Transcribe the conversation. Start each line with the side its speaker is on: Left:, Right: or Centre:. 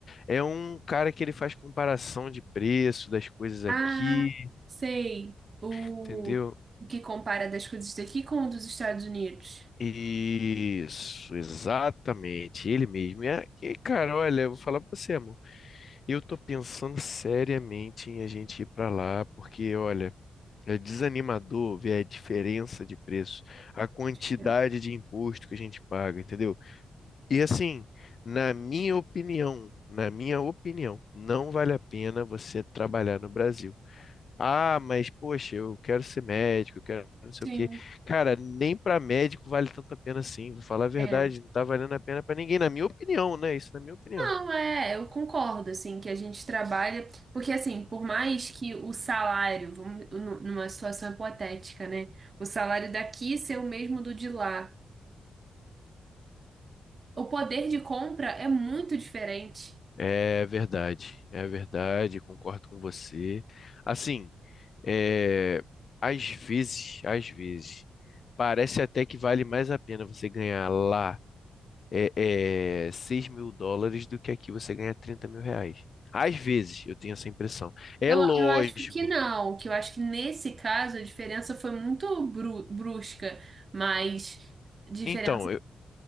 Left: É um cara que ele faz comparação de preço das coisas aqui,
Right: Ah, sei. O
Left: entendeu?
Right: o que compara das coisas daqui com o dos Estados Unidos.
Left: Isso, exatamente, ele mesmo. E, a- e, cara, olha, eu vou falar pra você, amor. Eu tô pensando seriamente em a gente ir pra lá, porque, olha, é desanimador ver a diferença de preço, a quantidade
Right: É.
Left: de imposto que a gente paga, entendeu? E assim, na minha opinião, na minha opinião, não vale a pena você trabalhar no Brasil. Ah, mas poxa, eu quero ser médico, eu quero não sei
Right: Sim.
Left: o quê. Cara, nem para médico vale tanto a pena assim, vou falar a verdade,
Right: É.
Left: não tá valendo a pena para ninguém, na minha opinião, né? Isso na minha opinião.
Right: Não, é, eu concordo, assim, que a gente trabalha, porque assim, por mais que o salário, vamos, nu- numa situação hipotética, né? O salário daqui ser o mesmo do de lá, o poder de compra é muito diferente.
Left: É verdade, é verdade, concordo com você. Assim, é, às vezes, às vezes, parece até que vale mais a pena você ganhar lá é, é, 6 mil dólares do que aqui você ganhar 30 mil reais. Às vezes, eu tenho essa impressão. É
Right: Eu,
Left: lógico.
Right: eu acho que não, que eu acho que nesse caso a diferença foi muito bru- brusca, mas diferença,
Left: Então, eu,